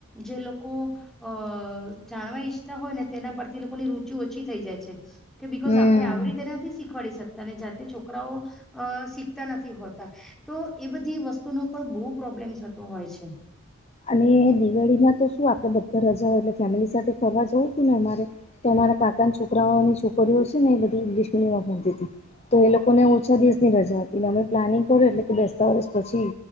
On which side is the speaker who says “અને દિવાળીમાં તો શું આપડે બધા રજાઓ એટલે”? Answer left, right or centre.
Left